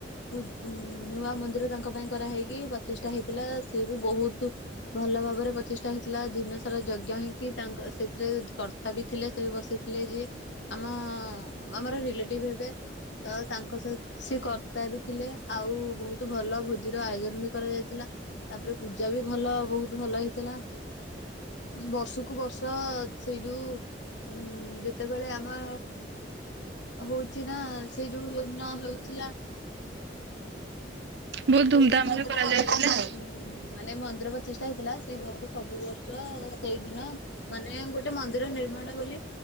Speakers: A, on the left (about 80°); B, on the right (about 65°).
A: ପୂ ଉଁ ନୂଆ ମନ୍ଦିର ତାଙ୍କ ପାଇଁ କରାହେଇ କି ପଚିଶଟା ହେଇଥିଲା। ସିଏ ବି ବୋହୁତ ଭଲ ଭାବରେ ପଚିଶଟା ହେଇଥିଲା ଦିନ ସାରା ଯଜ୍ଞ ହେଇକି। ତାଙ୍କ ସେଥିରେ କର୍ତ୍ତା ବି ଥିଲେ ସେ ବି ବସିଥିଲେ ଯିଏ ଆମ ଆମର ରିଲେଟିବ୍ ହେବେ ତ ତାଙ୍କ ସହିତ ସେ କର୍ତ୍ତା ବି ଥିଲେ ଆଉ ବୋହୁତ ଭଲ ଭୋଜିର ଆୟୋଜନ୍ ନେବି କରାଯାଇଥିଲା ତାପରେ ପୂଜା ବି ଭଲ ବୋହୁତ ଭଲ ହେଇଥିଲା। ବର୍ଷକୁ ବର୍ଷ ସେଇ ଯୋଉ ଉଁ ଯେତେବେଳେ ଆମ ହଉଚି ନା ସେଇ ଯୋଉ ଦିନ ହଉଥିଲା
B: ବହୁତ ଧୁମଧାମ
A: ଯୋଉଦିନ ହଉଥିଲା
B: ରେ କରାଯାଇଥିଲା
A: ସେଇ
B: ଆଉ। ଓହୋ
A: ଉ ମାନେ ମନ୍ଦିର ପଚିଷ୍ଟା ହେଇଥିଲା ।ସେଇ ବର୍ଷ ସବୁ ବର୍ଷ ସେଇଦିନ ମାନେ ଗୋଟେ ମନ୍ଦିର ନି ର୍ମାଣ ବୋଲି,